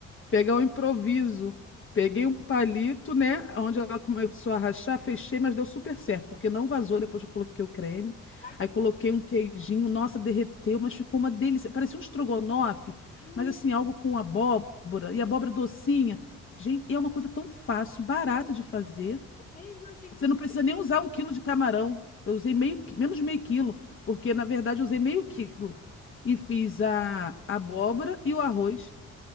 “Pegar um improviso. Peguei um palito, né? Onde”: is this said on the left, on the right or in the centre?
Left